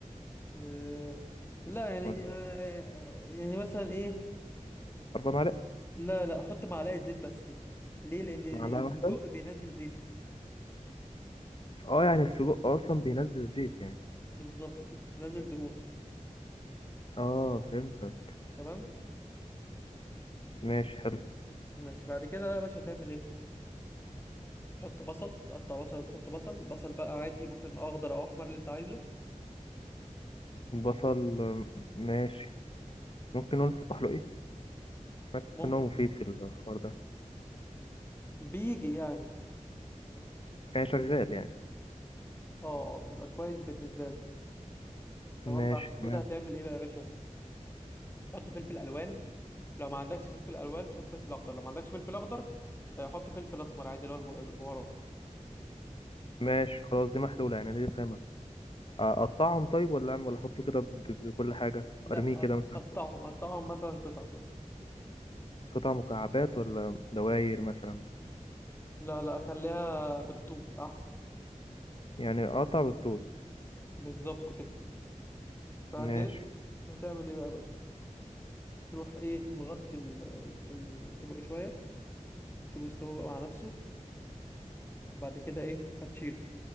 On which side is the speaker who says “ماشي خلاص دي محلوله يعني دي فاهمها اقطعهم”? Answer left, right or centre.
Left